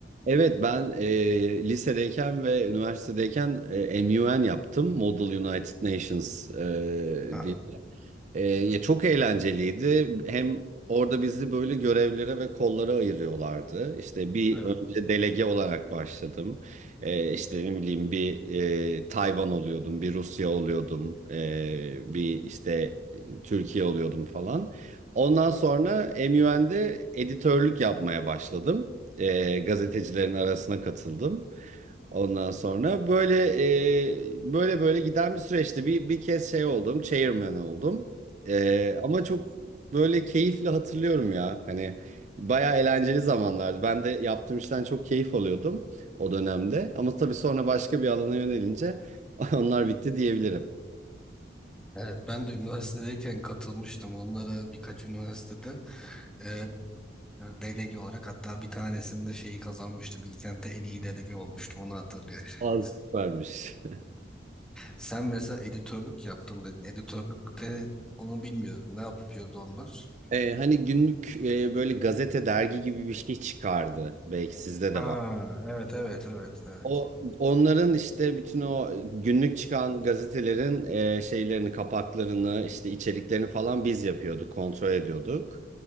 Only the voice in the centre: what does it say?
Aha.
Evet.
Evet, ben de üniversitedeyken katılmıştım. Onlara birkaç üniversitede e, delege olarak hatta bir tanesinde şeyi kazanmıştım. Bilkent'te en iyi delege olmuştum. Onu hatırlıyorum.
<laughs>
Sen mesela editörlük yaptım dedin. Editörlükte onu bilmiyorum. Ne yapıyordu onlar?
Ha,
evet evet evet evet.